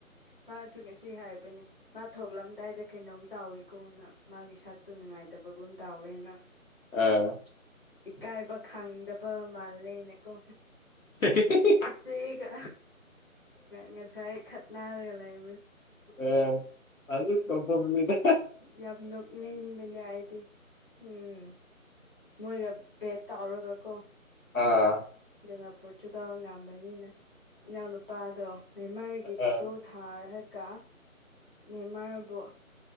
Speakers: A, on the left; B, on the left.
A: ꯃꯥꯁꯨ ꯉꯁꯤ ꯍꯥꯏꯕꯅꯦ ꯃꯥ ꯊꯣꯛꯂꯝ ꯀꯗꯥꯏꯗ ꯀꯩꯅꯣꯝ ꯇꯥꯎꯏꯀꯣꯅ ꯃꯥꯒꯤ ꯁꯥꯛꯇꯨ ꯅꯨꯡꯉꯥꯏꯇꯕꯒꯨꯝ ꯑꯃ ꯇꯥꯎꯋꯦꯅ
B: ꯑꯥ
A: ꯀꯥꯏꯕ ꯈꯥꯡꯗꯕ ꯃꯥꯜꯂꯦꯅꯀꯣ
B: <inaudible>
A: ꯏꯆꯦꯒ ꯉꯁꯥꯏ ꯈꯠꯅꯔꯒ ꯂꯩ
B: ꯑꯣ ꯑꯗꯨ ꯀꯄꯗ <inaudible>
A: ꯌꯥꯝ ꯅꯣꯛꯅ ꯍꯤꯡꯕꯅꯦ ꯑꯩꯗꯤ ꯎꯝ ꯃꯣꯏꯣꯏꯒ ꯦꯠꯇ ꯑꯣꯔꯒ ꯀꯣ
B: ꯑꯥ
A: ꯖꯒꯥ ꯄꯣꯔꯇꯨꯒꯜ ꯉꯝꯕꯅꯤꯅ ꯏꯅꯥꯎꯅꯨꯄꯥꯗꯣ ꯅꯦꯃꯥꯔꯒꯤ
B: ꯑꯥ
A: ꯐꯣꯇꯣ ꯊꯥꯔꯒ ꯅꯦꯃꯥꯔꯕꯨ